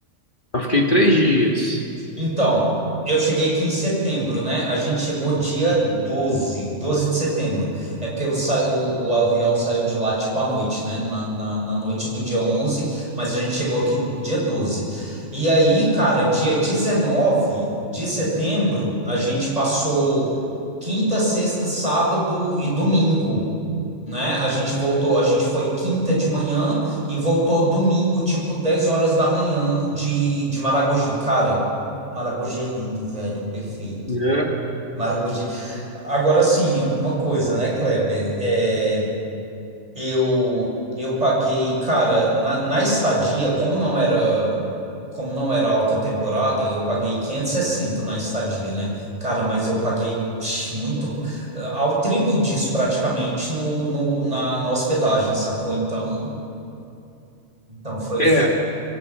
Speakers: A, on the left (about 40°); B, on the right (about 30°).
A: Eu fiquei três dias,
B: Então, eu cheguei aqui em setembro, né? A gente chegou dia doze doze de setembro. É porque o, sa- o, o avião saiu de lá tipo à noite, né? Na, na, na noite do dia onze mas a gente chegou aqui dia doze E aí, cara, dia 19 de setembro, a gente passou quinta, sexta, sábado e domingo né? A gente voltou, a gente foi quinta de manhã e voltou domingo, tipo 10 horas da manhã de, de Maragogi. Cara, Maragogi é lindo, velho, perfeito.
A: né?
B: Maragogi. Agora sim, uma coisa, né, Kleber? É, eu eu paguei, cara, na, na estadia, como não era como não era alta temporada, eu paguei 560 na estadia, né? Cara, mas eu paguei psh, muito ao triplo disso praticamente no, no na, na hospedagem, sacou? Então, então foi
A: É,